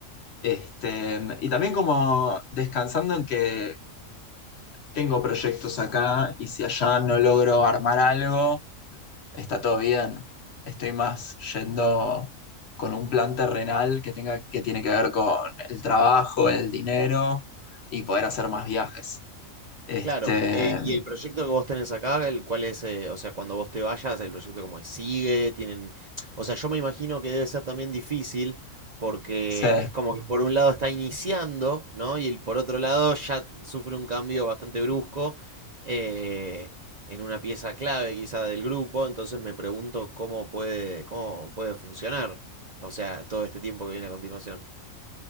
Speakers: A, on the left; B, on the right.
A: Este, y también como descansando en que tengo proyectos acá y si allá no logro armar algo, está todo bien. Estoy más yendo con un plan terrenal que tenga, que tiene que ver con el trabajo, el dinero y poder hacer más viajes. Este,
B: Claro, eh, y el proyecto que vos tenés acá, el cual es, eh, o sea, cuando vos te vayas, el proyecto como es, sigue, tienen, o sea, yo me imagino que debe ser también difícil porque
A: sí.
B: es como que por un lado está iniciando, ¿no? Y el, por otro lado ya sufre un cambio bastante brusco eh, en una pieza clave quizá del grupo, entonces me pregunto cómo puede, cómo puede funcionar, o sea, todo este tiempo que viene a continuación.